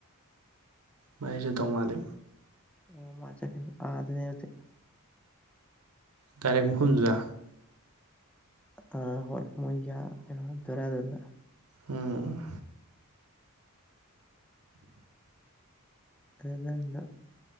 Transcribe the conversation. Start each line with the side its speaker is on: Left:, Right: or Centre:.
Right: ꯃꯥꯏꯁꯨ ꯆꯠꯇꯧ ꯃꯥꯜꯂꯦ
Centre: ꯎꯝ ꯃꯥꯅ ꯆꯠꯈꯤꯗꫭ ꯑꯥꯗꯗꯤ ꯅꯠꯇꯦ
Right: ꯗꯥꯏꯔꯦꯛ ꯃꯐꯝꯗꯨꯗ
Centre: ꯑ ꯍꯣꯏ ꯃꯣꯏꯒꯤ ꯑꯥ ꯀꯩꯅꯣ ꯗꯔꯥ ꯑꯗꯨꯗ
Right: ꯎꯝ
Centre: ꯀꯩ ꯅꯝꯃꯤꯅꫭ